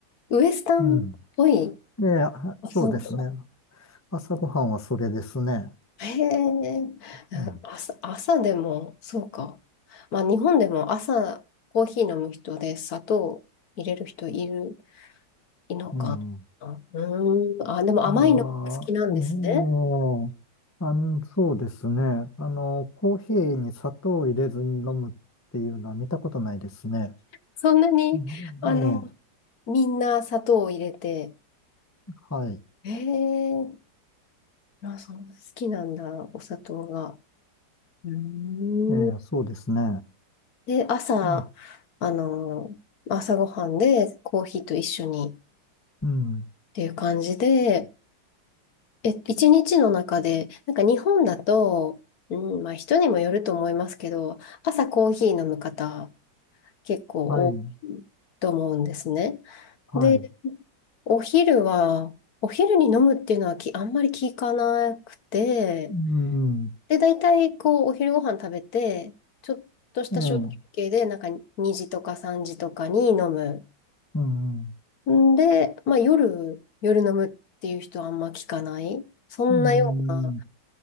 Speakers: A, on the left; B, on the left.
A: ウエスタンっぽい。
B: うん。で、あそうですね。
A: あ、そうか。
B: 朝ごはんはそれですね。
A: へえ、うん
B: うん。
A: 朝、朝でも、そうか。まあ、日本でも朝、コーヒー飲む人で砂糖入れる人いる、いのかな。
B: うん。
A: うーん、あ、でも甘いのが好きなんですね。
B: いやー、えーあん、そうですね。あの、コーヒーに砂糖を入れずに飲むっていうのは見たことないですね。
A: そんなに、
B: うんええ、
A: あの、みんな砂糖を入れて、
B: はい。
A: ええまあ、そんな好きなんだ、お砂糖が。うーん。
B: ええ、そうですね。
A: で、朝、
B: うん、
A: あの、朝ごはんでコーヒーと一緒にっ
B: うん、
A: ていう感じで、え、一日の中で、なんか日本だと、うん、まあ人にもよると思いますけど、朝コーヒー飲む方結構多いと思うんですね。
B: はい、はい。
A: で、お昼は、お昼に飲むっていうのはき、あんまり聞かなくて、
B: うん、
A: で、大体、こう、お昼ご飯食べて、ちょっとした小休憩で、
B: ええ、
A: なんか2時とか3時とかに飲む。
B: うん、うん、
A: んで、まあ夜、夜飲むっていう人はあんま聞かない。そんなような、
B: う